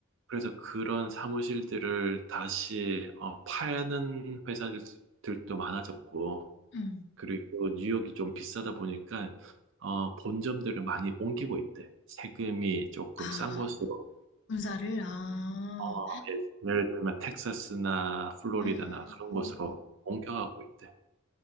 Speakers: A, on the right; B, on the left.
A: 그래서 그런 사무실들을 다시 어, 파는 회사들도 많아졌고,
B: 응.
A: 그리고 뉴욕이 좀 비싸다 보니까 어, 본점들을 많이 옮기고 있대. 세금이 조금
B: 아,
A: 싼 곳으로,
B: 군사를? 아.
A: 어, 예, 예를 들면 텍사스나 플로리다나
B: 음,
A: 그런 곳으로 옮겨가고 있대.